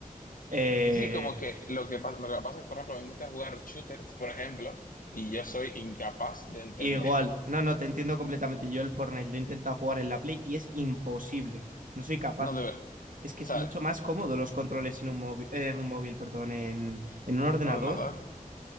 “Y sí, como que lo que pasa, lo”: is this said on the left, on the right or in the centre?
Left